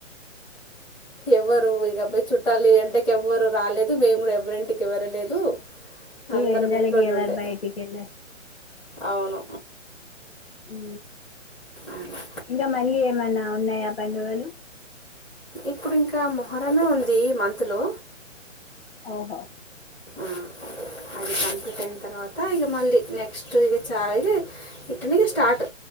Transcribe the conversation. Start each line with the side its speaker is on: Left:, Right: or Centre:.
Left: అ
Centre: ఎవరు ఇక అబ్బాయి చుట్టాలి ఎంటకి ఎవ్వరు రాలేదు. మేము కూడా ఎవ్వరింటికి వెళ్ళలేదు. అందరం
Left: ఈ ఎండలకి
Centre: ఇంట్లోనే
Left: ఎవరు
Centre: ఉండే
Left: బయటికిల్
Centre: అవును
Left: ఉ
Centre: అలా.
Left: ఇంకా మళ్ళీ ఏమైనా ఉన్నయా పండుగలు
Centre: ఇప్పుడు ఇంక మొహరమే ఉంది మంత్లో
Left: ఓహో
Centre: ఉ అది కంప్లీట్ అయిన తర్వాత ఇగ మళ్ళీ నెక్స్ట్ ఇగ చాలా ఇటుని స్టార్ట్